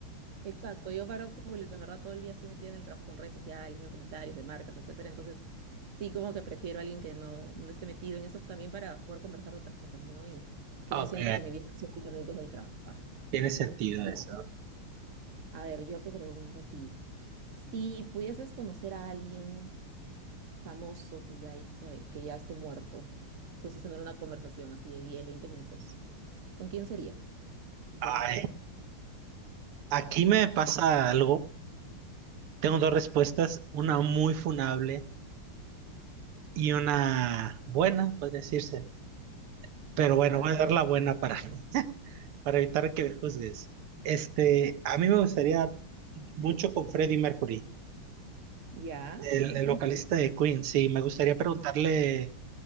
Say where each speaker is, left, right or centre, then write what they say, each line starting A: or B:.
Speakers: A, on the right (about 45°); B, on the right (about 85°).
A: exacto. Yo paro público, en verdad todo el día estoy metida en el trabajo con redes sociales, veo comentarios de marcas, etcétera. Entonces, sí, como que prefiero a alguien que no, no esté metido en eso también para poder conversar de otras cosas, ¿no? Y que
B: Ok,
A: no sienta que mi vida es únicamente es el trabajo.
B: tiene sentido
A: Ya.
B: eso.
A: A ver, yo te pregunto a ti, si pudieses conocer a alguien famoso que ya, se- que ya esté muerto, pues es tener una conversación así de 10 20 minutos. ¿Con quién sería? y
B: Ay.
A: por qué.
B: Aquí me pasa algo. Tengo dos respuestas, una muy funable y una buena, podría decirse. Pero bueno,
A: Ya,
B: voy a dar la buena para, <laughs> para evitar que me juzgues. Este, a mí me gustaría mucho con Freddie Mercury,
A: ya,
B: el,
A: qué interesante.
B: el vocalista de Queen. Sí, me gustaría preguntarle